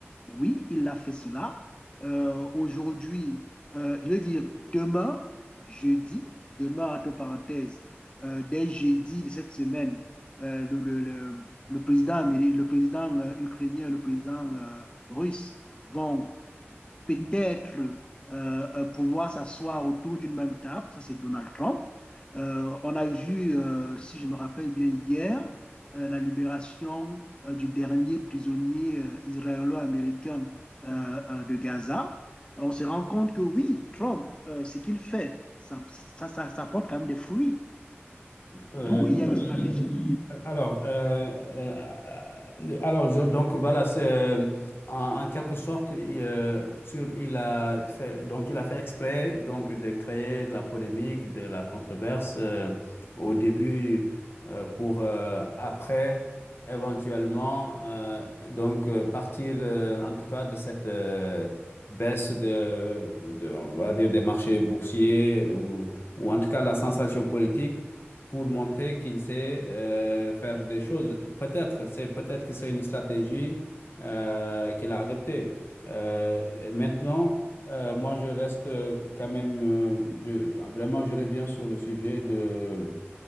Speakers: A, on the left; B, on the left.
A: oui, il a fait cela. Euh, aujourd'hui, euh, je veux dire, demain, jeudi, demain, entre parenthèses, euh, dès jeudi de cette semaine, euh, le, le, le, le président, améri- le président euh, ukrainien, le président euh, russe vont peut-être euh, euh, pouvoir s'asseoir autour d'une même table, ça c'est Donald Trump. Euh, on a vu, euh, si je me rappelle bien hier, euh, la libération euh, du dernier prisonnier euh, israélo-américain euh, euh, de Gaza. On se rend compte que oui, Trump, euh, ce qu'il fait, ça, ça, ça, ça, porte quand même des fruits,
B: Euh,
A: d'où il y a une
B: oui,
A: stratégie.
B: oui. Alors, euh, euh, euh, alors je- donc voilà, c'est euh, en, en quelque sorte, il, euh, sur- il a fait, donc il a fait exprès donc de créer de la polémique, de la controverse euh, au début euh, pour euh, après éventuellement euh, donc euh, partir euh, en tout cas de cette euh, baisse de, de- on va dire des marchés boursiers ou ou en tout cas la sensation politique pour montrer qu'il sait euh, faire des choses. Peut-être, c'est peut-être que c'est une stratégie euh, qu'il a adoptée. Euh, et maintenant, euh, moi, je reste euh, quand même, euh, je- vraiment, je reviens sur le sujet de